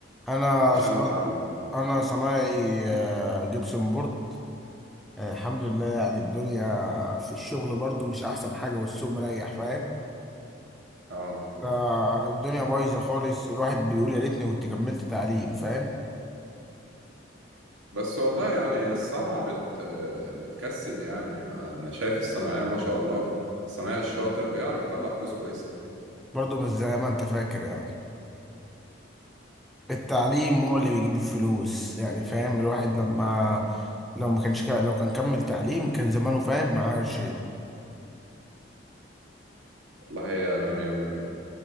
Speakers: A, in the centre; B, on the right (about 85°).
A: أنا
B: عشان
A: صنا...
B: اتعلم
A: أنا صنايعي آه، جبسن بورد آه، الحمد لله يعني الدنيا في الشغل برضو مش أحسن حاجة والسوق مريح فاهم
B: اه
A: ده الدنيا بايظة خالص الواحد بيقول يا ريتني كنت كملت تعليم فاهم
B: بس والله يعني الصنعة بت بتكسب يعني أنا أنا شايف الصناعية ما شاء الله الصنايعي الشاطر بيعرف يطلع فلوس كويسة
A: برضو مش زي ما أنت فاكر يعني التعليم هو اللي بيجيب الفلوس يعني فاهم الواحد لما لو ما كانش لو كان كمل تعليم كان زمانه فاهم معاه شيء
B: والله أنا م-